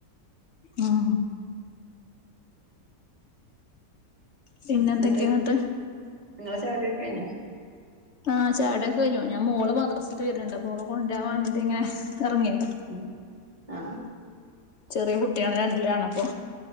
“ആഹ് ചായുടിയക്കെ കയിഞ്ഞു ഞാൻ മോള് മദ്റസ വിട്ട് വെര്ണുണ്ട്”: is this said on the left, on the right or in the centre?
Left